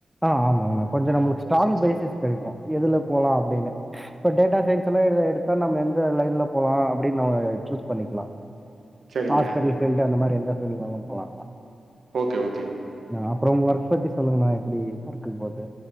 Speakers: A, in the centre; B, on the right.
A: ஆ ஆமாங் அண்ணா கொஞ்ச நம்மளுக்கு
B: சரி,
A: ஸ்ட்ராங்
B: சரி, சரி.
A: பேசிஸ் கெடைக்கு எதுல போலா அப்டின்னு இப்ப டேட்டா சயின்ஸ் லா இதுல எடுத்தா நம்ம எந்த லைன்ல போலா அப்டின் நாம சூஸ் பண்ணிக்லா
B: சரிங்க.
A: ஹாஸ்பிட்டல் ஃபீல்டு அந்த மாரி எந்த ஃபீல்டுனாலு போலாங்ண்ணா
B: ஓகே ஓகேங்
A: ஆ அப்றோ உங்க ஒர்க் பத்தி சொல்லுங்ணா எப்டி ஒர்க்கு போது